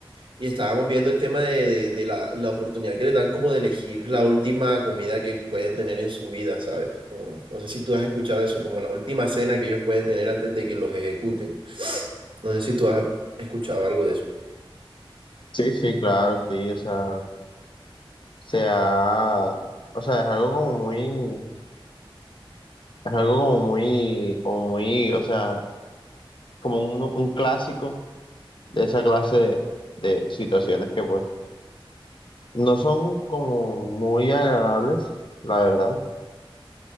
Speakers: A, on the right; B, on the left.
A: y estábamos viendo el tema de, de- de la, la oportunidad que les dan como de elegir la última comida que pueden tener en su vida, ¿sabes? Como- no sé si tú has escuchado eso, como la última cena que ellos pueden tener antes de que los ejecuten. <sniffs> No sé si tú has escuchado algo de eso.
B: Sí, sí, claro, sí, o sea, se ha- o sea, es algo como muy, es algo como muy, como muy, o sea, como un, un clásico de esa clase de, de situaciones que pues no son como muy agradables, la verdad,